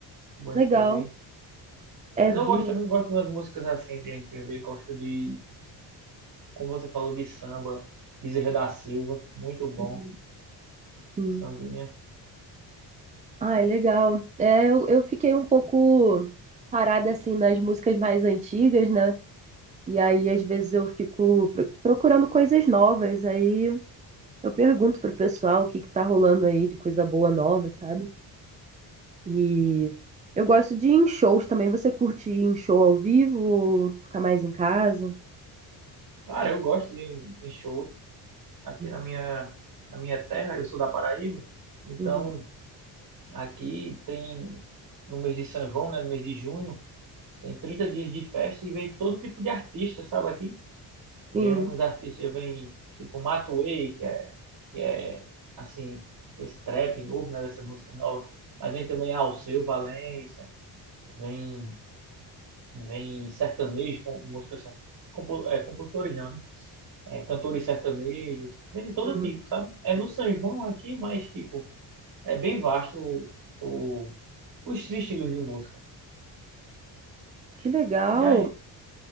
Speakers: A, on the right (about 50°); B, on the right (about 20°).
A: do MPB.
B: legal.
A: Mas
B: É vinha.
A: eu gosto também, gosto das músicas assim de MPB, gosto de Como você falou de samba, Bezerra da Silva, muito bom,
B: Uhum. Sim.
A: sambinha.
B: Ah, é legal. É, eu, eu fiquei um pouco parada assim nas músicas mais antigas, né? E aí às vezes eu fico pro- procurando coisas novas, aí Eu pergunto pro pessoal o que que tá rolando aí de coisa boa nova, sabe? E eu gosto de ir em shows também. Você curte ir em show ao vivo ou ficar mais em casa?
A: Cara, eu gosto de, de shows aqui
B: Uhum,
A: na minha, na minha terra, eu sou da Paraíba, então
B: uhum.
A: aqui tem, no mês de São João, né, no mês de junho, tem 30 dias de festa e vem todo tipo de artista, sabe aqui? Vem
B: Sim.
A: uns artistas, vem tipo Matuê, que é, que é assim, esse trap novo, né, dessa música nova, mas vem também Alceu Valença, vem vem sertanejos, com músicas, ser- compo- é, compositores não, né? É, cantores sertanejos, vem de todo
B: uhum.
A: tipo, sabe? É no São João aqui, mas tipo, é bem vasto o, o- os estilos de música.
B: Que legal.
A: E aí,